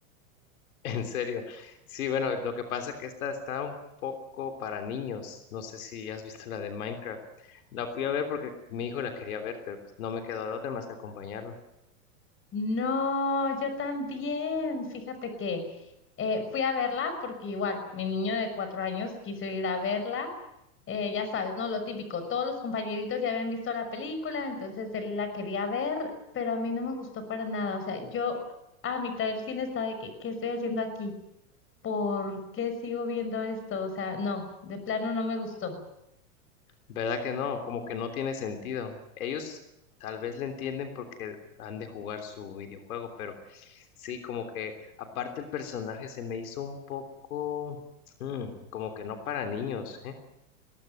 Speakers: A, on the left; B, on the left.
A: <laughs> En serio. Sí, bueno, lo que pasa que esta está un poco para niños. No sé si has visto la de Minecraft. La fui a ver porque mi hijo la quería ver, pero pues, no me quedó de otra más que acompañarlo.
B: No, yo también. Fíjate que eh, fui a verla porque igual mi niño de cuatro años quiso ir a verla. Eh, ya sabes, ¿no? Lo típico. Todos los compañeritos ya habían visto la película, entonces él la quería ver, pero a mí no me gustó para nada. O sea, yo a mitad del cine estaba de que, ¿qué estoy haciendo aquí? ¿Por qué sigo viendo esto? O sea, no, de plano no me gustó.
A: ¿Verdad que no? Como que no tiene sentido. Ellos tal vez le entienden porque han de jugar su videojuego, pero sí, como que aparte el personaje se me hizo un poco mm, como que no para niños, ¿eh?